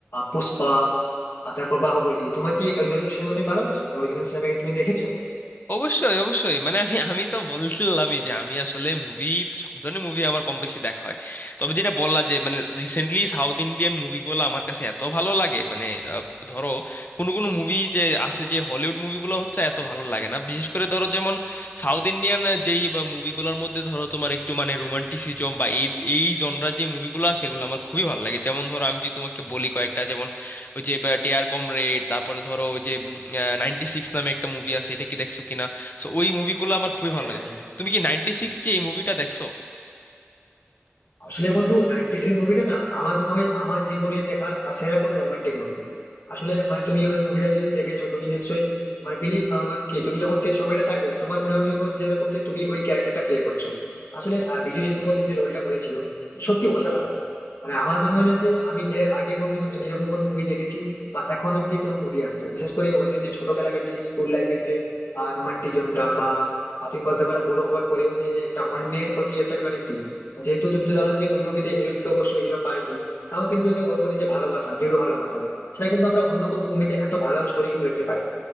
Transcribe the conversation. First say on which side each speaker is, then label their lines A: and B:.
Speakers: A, on the left; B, on the left.
A: পুষ্পা আর তারপর বাহুবলী তোমার কি ওই ধরনের সিনেমা তুমি ভালোবাসো মানে ওই ধরনের সিনেমা কি তুমি দেখেছো
B: অবশ্যই অবশ্যই মানে আমি আমি তো বলছিলামই যে আমি আসলে মুভি সব ধরনের মুভি আমার কম বেশি দেখা হয় তবে যেটা বললা যে মানে রিসেন্টলি সাউথ ইন্ডিয়ান মুভিগুলো আমার কাছে এত ভালো লাগে মানে আহ, ধরো কোনো কোনো মুভি যে আছে যে হলিউড মুভিগুলো হচ্ছে এত ভালো লাগে না বিশেষ করে ধরো যেমন সাউথ ইন্ডিয়ান যেই মুভিগুলোর মধ্যে ধরো তোমার একটু মানে রোমান্টিসিজম বা এই এই জনরার যে মুভিগুলো সেগুলো আমার খুবই ভালো লাগে যেমন ধরো আমি যদি তোমাকে বলি কয়েকটা যেমন ওই যে ডেয়ার কমরেড তারপরে ধরো ওই যে নাইনটি সিক্স নামে একটা মুভি আছে এটা কি দেখছো কিনা সো ওই মুভিগুলো আমার খুবই
A: হ্যাঁ
B: ভালো লাগে তুমি কি নাইনটি সিক্স যে এই মুভিটা দেখছো
A: আসলে বন্ধু নাইনটি সিক্স মুভিটা না আমার মনে হয় আমার জীবনে দেখা সেরা কোনো রোমান্টিক মুভি আসলে মানে তুমি ওই মুভিটা যদি দেখেছো তুমি নিশ্চয়ই মানে বিলিভ কি তুমি যখন সেই সময়টা থাকবে তোমার মনে হবে যখন যেরকম যে তুমি ওই ক্যারেক্টারটা প্লে করছো আসলে আহ, বিজয় সেতুপতি যে রোলটা করেছিল সত্যি অসাধারণ মানে আমার মনে হয় না যে আমি এর আগে কোনোদিনও সে- এরকম কোনো মুভি দেখেছি বা এখন অব্দি কোনো মুভি আসছে বিশেষ করে ওদের যে ছোটবেলাকার যে স্কুল লাইফের যে রোমান্টিজমটা বা আহ, তুমি বলতে পারো বড় হওয়ার পরেও যে একটা অন্যের প্রতি একটা মানে কি যেহেতু তুমি তো জানো যে ওই মুভিতে হিরোইনকে অবশ্যই হিরো পাইনি তাও কিন্তু যে ওর প্রতি যে ভালোবাসা দৃঢ় ভালোবাসা সেটা কিন্তু আমরা অন্য কোনো মুভিতে এত ভালো স্টোরি কিন্তু দেখতে পাই না।